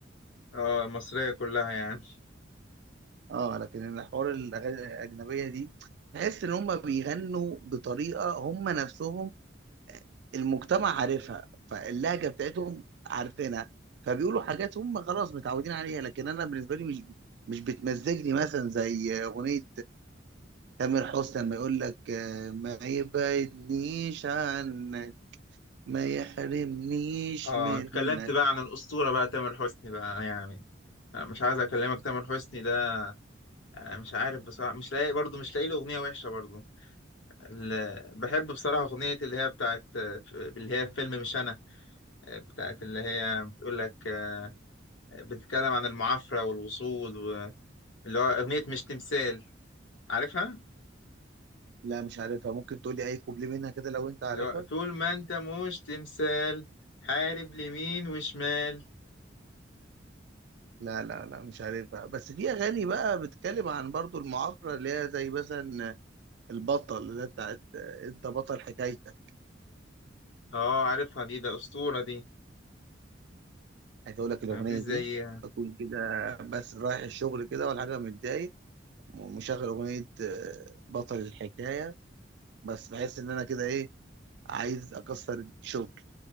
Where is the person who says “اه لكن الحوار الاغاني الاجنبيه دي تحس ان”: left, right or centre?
Right